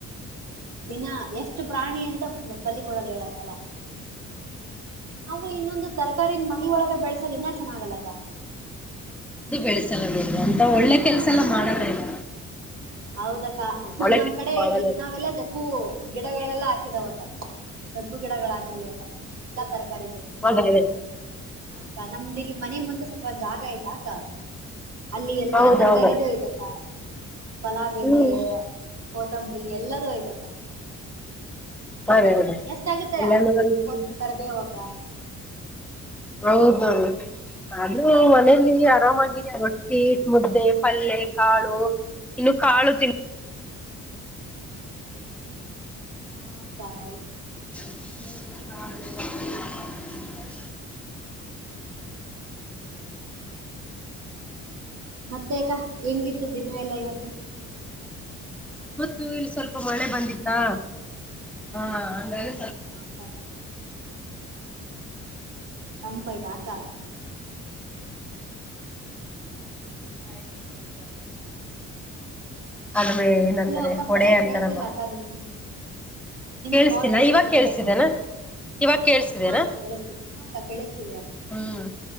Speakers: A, on the right; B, in the centre.
A: ದಿನ ಎಷ್ಟು ಪ್ರಾಣಿ ಅಂತ ಬಲಿ ಕೊಡದು ಹೇಳಕಲ್ಲ ನಾವು ಇನ್ನೊಂದು ತರಕಾರಿನ ಮನೊಳಗ ಬೆಳೆಸೋದ ಇನ್ನ ಚೆನ್ನಾಗದ ಅಕ್ಕಾ.
B: ಇದು ಬೆಳೆಸಲ ಬಿಡಿ ಅಂತ ಒಳ್ಳೆ. ಕೆಲಸ
A: ಹ
B: ಎಲ್ಲ
A: ಅಕ್ಕ
B: ಮಾಡಲ್ಲ ಇಲ್ಲ
A: ಹೌದಕ್ಕ
B: ಹ್ಮ್ ಒಳ್ಳೆ
A: ನಮ್
B: ಕೆಲ್ಸ
A: ಕಡೆ
B: ಮಾಡಲ್ಲ
A: ಇ ನಾವೆಲ್ಲ ಹೂ ಗಿಡಗಳೆಲ್ಲ ಹಾಕಿದಾವ ಅಕ್ಕ. ಸಗ್ಗು ಗಿಡಗಳ ಹಾಕಿದೀವಕ್ಕ ನಾವು ಎಲ್ಲಾ ತರಕಾರಿಗಳ.
B: ಬಾಳ ಹೈರಾಣ.
A: ಹ ಅಕ್ಕ ನಮ್ದಿಲ್ಲಿ ಮನೆಮುಂದೆ ಸ್ವಲ್ಪ ಜಾಗ ಅಕ್ಕ ಅಲ್ಲಿ ಎಲ್ಲ.
B: ಹೌದೌದು
A: ಯ್ತಕ್ಕ ಪಲಾವೆಲೆ
B: ಹ್ಮ್
A: ಕೋತಂಬರಿ ಎಲ್ಲದೂ ಆಯ್ತಕ್ಕ.
B: ಹೌದೌದು
A: ಎಷ್ಟ ಆಗುತ್ತೆ <unintelligible>
B: ಎಲ್ಲಾನು ರೀತಿಯಿಂದ
A: ಕರಿಬೇವ ಅಕ್ಕಾ.
B: ಹೌದದು ಆದ್ರೂ ಮನೇೆಯಲ್ಲಿ ಆರಾಮಾಗಿ ರೊಟ್ಟಿ ಮುದ್ದೆ ಪಲ್ಲ್ಲೆ ಕಾಳು ಇನ್ನು ಕಾಳು ತಿನ್
A: ಹಾ ಅಕ ಹೌದು
B: <inaudible>
A: ಹ್ಮ ಮತ್ತೆ ಅಕ ಹೆಂಗಿತ್ತು ದಿನ ಎಲ್ಲಾ ಇವತ್ತು
B: ಇವತ್ತು ಇಲ್ಲಿ ಸ್ವಲ್ಪ ಮಳೆ ಬಂದಿತ್ತಾ ಹ ಅಂಗಾರೆ
A: ಹಾ ಕ ತಂಪ್ಐತ ಅಕ
B: <inaudible> ಅಲ್ಮೇ ಏನಂತಾರೆ
A: ಅಲೋ ಅಕ್ಕ
B: ಹೊಡೆ
A: ಸರಿಯಾಗಿ
B: ಅಂತಾರಲ್ವಾ
A: ಕೇಳ್ತಿಲ್ಲ ಅಕ್ಕ ನಿಮ್ ನಿಮ್
B: ಕೇಳ್ಸ್ತಿಲ್ಲ
A: ಕಾಲ್ ಸರಿಯಾಗಿ
B: ಇವಾಗ
A: ಕೇಳ್ತಾ
B: ಕೇಳಸಿದೆೇನಾ
A: ಇಲ್ಲ
B: ಇವಾಗ ಕೇಳ್ಸಿದೆೇನಾ
A: ಹಾ ಅಕ್ಕ ಕೇಳಿಸ್ತಿದೆ ಹಾ ಅಕ್ಕ ಕೇಳಿಸ್ತಿದೆ ಅಕ್ಕ
B: ಹ್ಮ್